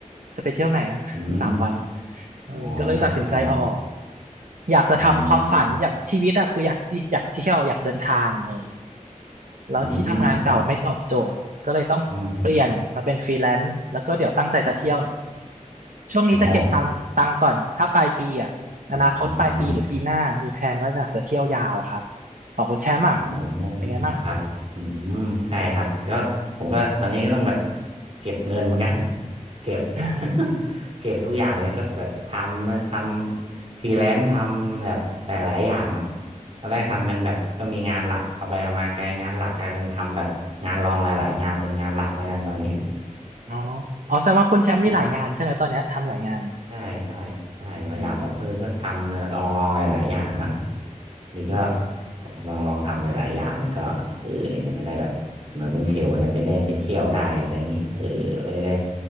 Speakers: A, on the right; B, on the right.
A: จะไปเที่ยวไหนอ่ะ
B: อืม
A: <laughs> สามวันเออก็เลยตัดสินใจออก
B: อ๋อใช่เนาะ
A: อยากจะทำความฝันอยากชีวิตอ่ะคืออยากที่อยากเที่ยวอยากเดินทางเออ
B: อืม
A: แล้วที่ทำงานเก่าไม่ตอบโจทย์ก็เลยต้องเปลี่ยนมาเป็นฟรีแลนซ์แล้วก็เดี๋ยวตั้งใจจะเที่ยว
B: อืมครับอืม อ๋อ
A: ช่วงนี้จะเก็บตังค์ตังค์ก่อนถ้าปลายปีอ่ะอนาคตปลายปีหรือปีหน้ามีแผนว่าอยากจะเที่ยวยาวครับ
B: อ๋ออ๋อ
A: ของคุณแชมป์อ่ะ
B: อ๋อ
A: เป็นไงบ้าง
B: ครับอืมใช่ครับก็ผมก็ตอนนี้ก็ต้องแบบเก็บเงินเหมือนกัน <laughs> เก็บ <laughs>
A: อืมอืมอืมอม
B: เก็บทุกอย่างเลยก็แบบทำทำฟรีแลนซ์ทำแบบหลายๆอย่างนะตอนแรกทำเป็นแบบก็มีงานหลักเอาไปเอามากลายงานหลักกลายเป็นทำแบบงานรองหลายๆงานเป็นงานหลักแล้วกันตอนนี้
A: อ๋ออ๋อแสดงว่าคุณแชมป์มีหลายงานใช่ไหมตอนเนี้ยทำหลายงาน
B: <laughs> ใช่ใช่ใช่พยายามแบบเพื่อก็ทำเนี่ยลองลองหลายๆอย่างเนอะ
A: อืม
B: นี่ก็
A: อืม
B: ลองลองทำหลายๆอย่างแล้วก็เออเนี่ยจะได้แบบเหมือนคุณเชลเนี่ยไปได้ไปเที่ยวได้อะไรอย่างนี้เออเราก็จะได้
A: อืม